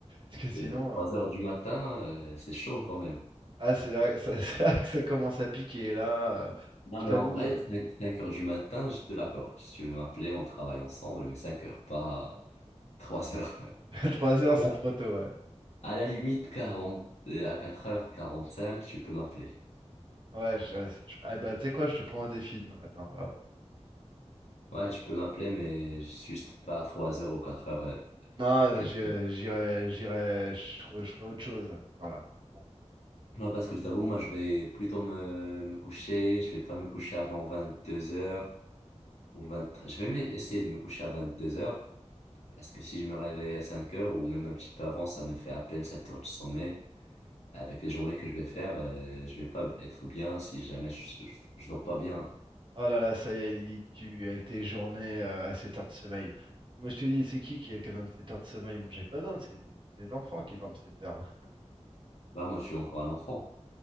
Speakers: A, on the right; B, on the left.
A: Parce
B: Parce
A: que
B: que
A: sinon.
B: 3
A: euh,
B: heures du matin, euh, c'est chaud quand même.
A: Ah, c'est vrai, ça- <laughs> c'est vrai que ça commence à piquer là. euh,
B: Non,
A: Je
B: mais
A: t'avoue,
B: en vrai, 5 heures du matin, je te l'accorde. Si tu veux m'appeler, on travaille ensemble, mais 5 heures, pas 3 heures. <laughs>
A: <laughs> trois heures
B: Ouais.
A: c'est trop tôt, ouais.
B: À la limite, 40 euh, à 4 heures, 45, tu peux m'appeler.
A: Ouais, je... ouais, c'est- je- Ah, bah, tu sais quoi, je te prends au défi demain matin. on va voir.
B: Ouais, tu peux m'appeler, mais juste pas à 3 heures ou quatre heures. euh,
A: Non,
B: pile.
A: je- j'irai, j'irai, je trouve, je ferai autre chose à cette heure-là. C'est bon.
B: Non, parce que je t'avoue, moi, je vais plutôt me, me coucher. Je vais pas me coucher avant 22 heures ou 23. Je vais me- essayer de me coucher à 22 heures. Parce que si je me réveille à 5 heures ou même un petit peu avant, ça me fait à peine 7 heures de sommeil. Avec les journées que je vais faire, euh, je vais pas être bien si jamais je, je, je dors pas bien.
A: Oh là là, ça y est, il- tu, avec tes journées euh, à 7 heures de sommeil. Moi, je te dis, c'est qui qui a besoin de 7 heures de sommeil? Moi, j'ai pas besoin, c'est c'est les enfants qui dorment 7 heures.
B: Bah, moi, je suis encore un enfant.